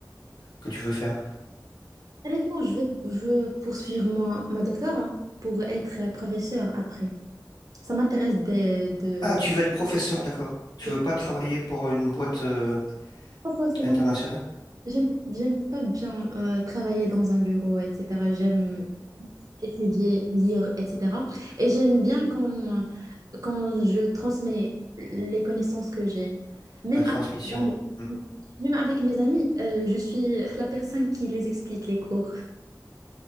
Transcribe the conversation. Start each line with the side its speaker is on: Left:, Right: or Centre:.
Left: que tu veux faire?
Right: Honnêtement, je veux, je veux poursuivre mon- ma doctorat pour être professeur après. Ça m'intéresse de, de...
Left: Ah, tu veux être professeur, d'accord. Tu
Right: et
Left: veux pas travailler pour une boîte euh,
Right: Pas forcément,
Left: internationale?
Right: j'aime, j'aime pas bien euh, travailler dans un bureau, etc. J'aime étudier, lire, etc. Et j'aime bien quand, quand je transmets les connaissances que j'ai. Même
Left: La transmission.
Right: avec,
Left: Hmm.
Right: même avec mes amis, euh, je suis la personne qui les explique les cours.